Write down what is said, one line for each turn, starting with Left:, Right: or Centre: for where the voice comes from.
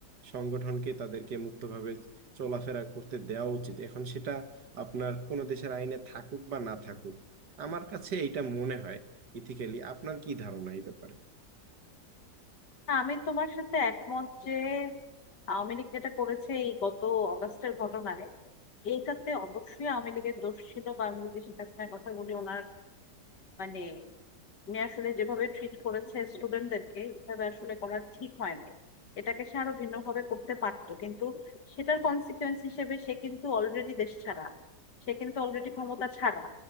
Right: সংগঠনকে তাদেরকে মুক্তভাবে চলাফেরা করতে দেওয়া উচিত এখন সেটা আপনার কোনো দেশের আইনে থাকুক বা না থাকুক আমার কাছে এটা মনে হয় ইথিক্যালি আপনার কি ধারণা এই ব্যাপারে
Left: না, আমি তোমার সাথে একমত যে আওয়ামী লীগ যেটা করেছে এই গত অগাস্টের ঘটনায় এইটাতে অবশ্যই আওয়ামী লীগের দোষ ছিল বা আমি যদি শেখ হাসিনার কথা বলি ওনার মানে উনি আসলে যেভাবে ট্রিট করেছে স্টুডেন্টদেরকে এভাবে আসলে করা ঠিক হয় নাই এটাকে সে আরো ভিন্নভাবে করতে পারতো কিন্তু সেটার কনসিকোয়েন্স হিসেবে সে কিন্তু অলরেডি দেশ ছাড়া সে কিন্তু অলরেডি ক্ষমতা ছাড়া